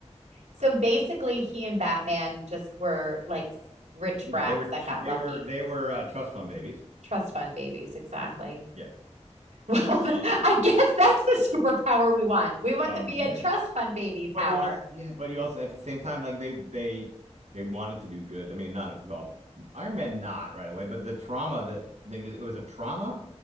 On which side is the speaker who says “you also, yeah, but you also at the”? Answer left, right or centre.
Right